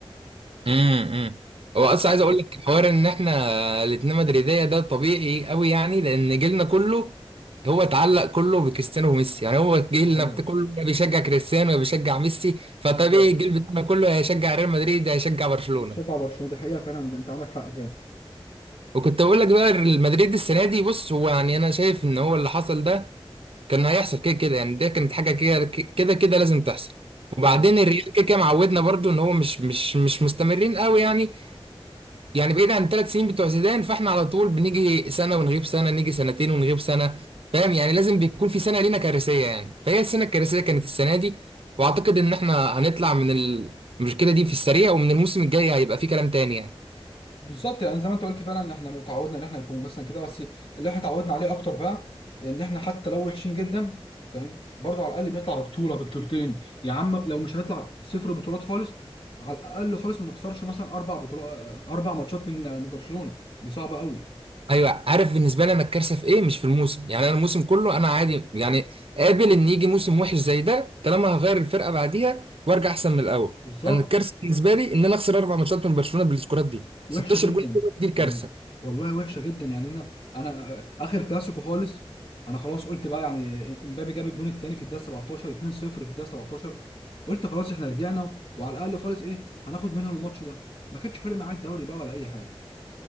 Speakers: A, on the right (about 65°); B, on the left (about 65°).
A: امم
B: يعني
A: هو اصلا
B: شايف
A: عايز اقول لك حوار ان احنا الاتنين مدريديه ده طبيعي قوي يعني لان جيلنا كله هو اتعلق كله بكريستيانو وميسي يعني هو جيلنا
B: دي حقيقة
A: بت- كله يا بيشجع كريستيانو يا بيشجع ميسي فطبيعي
B: بالظبط
A: الجيل بتاعنا كله هيشجع ريال مدريد هيشجع برشلونه
B: شجع برشلونة دي حقيقة فعلا أنت عندك حق
A: وكنت اقول لك بقى ريال مدريد السنه دي بص هو يعني انا شايف ان هو اللي حصل ده كان هيحصل كده كده يعني ده كانت حاجه كده كده كده لازم تحصل وبعدين
B: فعلا
A: الريال كده كده معودنا برضو ان هو مش مش مش مستمرين قوي يعني يعني بعيد عن الثلاث سنين بتوع زيدان فاحنا على طول بنيجي سنه ونغيب سنه نيجي سنتين ونغيب سنه فاهم يعني لازم بيكون في سنه لينا كارثيه يعني فهي السنه الكارثيه كانت السنه دي واعتقد ان احنا هنطلع من المشكله دي في السريع ومن الموسم الجاي هيبقى في كلام تاني يعني
B: بالظبط يعني زي ما انت قلت فعلا ان احنا اتعودنا ان احنا يكون مثلا كده بس اللي احنا اتعودنا عليه اكتر بقى ان احنا حتى لو وحشين جدا فاهم برضه على الاقل بنطلع ببطوله ببطولتين يا عم لو مش هنطلع صفر بطولات خالص على الاقل خالص ما نخسرش مثلا اربع بطولات اربع ماتشات من آه، من برشلونه دي صعبه قوي
A: ايوه عارف بالنسبه لي انا الكارثه في ايه مش في الموسم يعني انا الموسم كله انا عادي يعني قابل ان يجي موسم وحش زي ده طالما هغير الفرقه بعديها وارجع احسن من الاول
B: بالظبط
A: انا الكارثه بالنسبه لي ان انا اخسر اربع ماتشات من برشلونه بالسكورات دي
B: وحشه
A: 16
B: جدا
A: جول دي الكارثه
B: وال- والله وحشه جدا يعني انا انا اخر كلاسيكو خالص انا خلاص قلت بقى يعني امبابي جاب الجون الثاني في الدقيقه 17 2-0 في الدقيقه 17 قلت خلاص احنا رجعنا وعلى الاقل خالص ايه هناخد منهم الماتش ده ما كانش فارق معايا الدوري بقى ولا اي حاجه